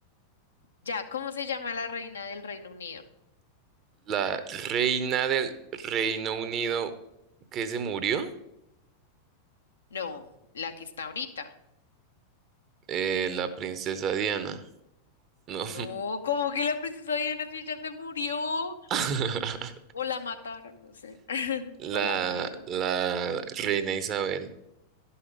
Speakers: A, on the left; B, on the right.
A: Ya, ¿cómo se llama la reina del Reino Unido?
B: La reina del Reino Unido que se murió,
A: No, la que está ahorita.
B: eh, la princesa Diana, no.
A: No, ¿cómo que la princesa Diana si ella se murió?
B: <laughs>
A: O la mataron, no sé. <laughs>
B: La,
A: O la murieron.
B: la reina Isabel,